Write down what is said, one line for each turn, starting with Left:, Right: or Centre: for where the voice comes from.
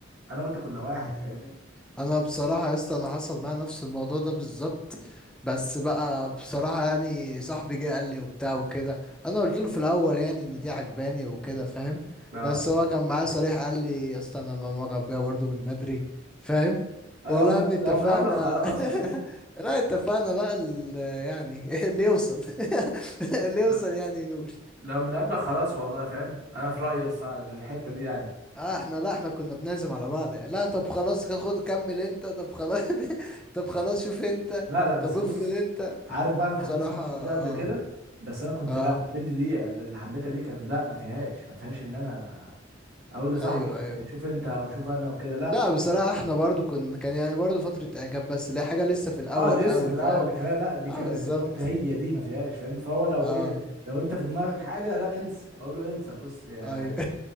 Right: انا وانت كنا واحد
Centre: مم.
Right: فاهمني
Centre: انا بصراحه يا اسطى انا حصل معايا نفس الموضوع ده بالظبط بس بقى بصراحه يعني صاحبي جه قال لي وبتاع وكده انا قلت له في الاول يعني ان دي عجباني وكده فاهم
Right: اه
Centre: بس هو كان معايا صريح قال لي يا اسطى انا ماما غبيه برضو من بدري فاهم
Right: آه،
Centre: والله
Right: لو من
Centre: يا ابني اتفقنا
Right: لو من قبلك خلاص فاهمني
Centre: <laughs> لا اتفقنا بقى ال- يعني <laughs> اللي يوصل <laughs> اللي يوصل
Right: لا
Centre: يعني ينول
Right: لو من قبلك خلاص والله فاهم انا في رأيي الصع- الحتة دي يعني
Centre: اه احنا لا احنا كنا بنعزم على بعض يعني. لا طب خلاص خد كمل انت طب خلاص <laughs> طب خلاص شوف انت
Right: لا لا بس
Centre: طب افرض
Right: بص
Centre: انت
Right: عارف بقى انا اتحطيت
Centre: بصراحة
Right: في الموقف
Centre: اه
Right: ده قبل كده بس انا كنت
Centre: اه
Right: لا البنت دي اللي حبيتها دي كان لا ما فيهاش ما فيهاش ان انا اقول لصاحبي
Centre: ايوه ايوه
Right: شوف انت او شوف انا وكده لا
Centre: لا بصراحة احنا برضو كنا كان يعني برضو فترة اعجاب بس اللي هي حاجة لسه في الاول
Right: اه دي
Centre: قوي
Right: لسه في الاول
Centre: فاهم
Right: لكن انا لا دي
Centre: اه
Right: ك-
Centre: بالظبط
Right: قلت هي دي ما فيهاش فاهم فهو لو
Centre: اه
Right: ايه لو انت في دماغك حاجه لا انسى اقول له انسى بص يا
Centre: ايوه